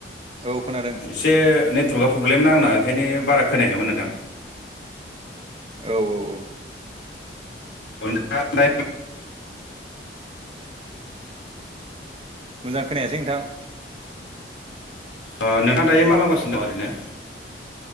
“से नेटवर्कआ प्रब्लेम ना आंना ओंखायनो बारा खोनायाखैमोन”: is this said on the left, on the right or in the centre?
Left